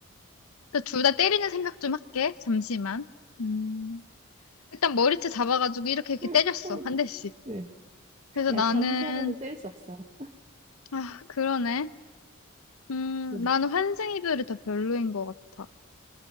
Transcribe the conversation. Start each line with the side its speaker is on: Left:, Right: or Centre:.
Left: 둘 다 때리는 생각 좀 할게. 잠시만. 음. 일단 머리채 잡아가지고 이렇게 이렇게
Right: <laughs>
Left: 때렸어. 한 대씩.
Right: 네.
Left: 그래서
Right: 야,
Left: 나는
Right: 잠수하면은 때릴 수 없어.
Left: 아, 그러네. 음,
Right: 그치,
Left: 나는 환생 이별이 더 별로인 것 같아.